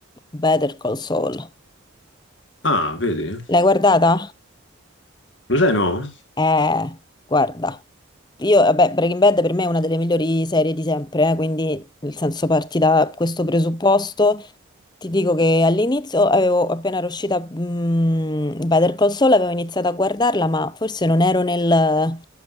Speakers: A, on the left (about 20°); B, on the left (about 60°).
A: Better Call Saul.
B: Ah, vedi?
A: L'hai guardata?
B: Lo sai, no?
A: Eh, guarda. Io, vabbè, Breaking Bad per me è una delle migliori serie di sempre, eh, quindi nel senso parti da questo presupposto. Ti dico che all'inizio avevo appena era uscita mm, Better Call Saul, avevo iniziato a guardarla, ma forse non ero nel,